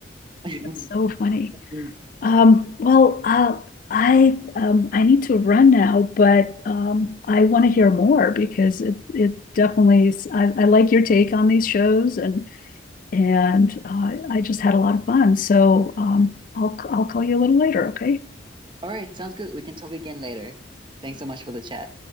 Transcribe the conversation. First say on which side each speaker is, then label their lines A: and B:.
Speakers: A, on the right (about 25°); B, on the left (about 50°).
A: <laughs>
B: That's so funny.
A: all
B: Um, well, uh, I um, I need to run now, but um, I want to hear more because it it definitely is, I, I like your take on these shows and And uh, I just had a lot of fun. So um, I'll, I'll call you a little later, okay?
A: right sounds good we can talk again later thanks so much for the chat